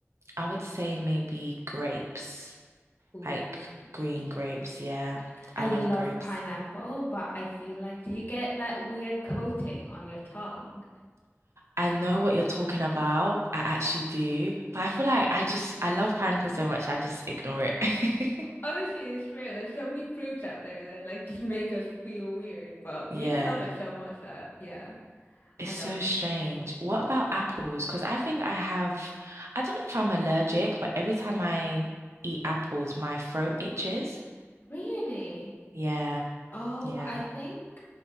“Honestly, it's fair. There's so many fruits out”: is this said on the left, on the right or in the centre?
Left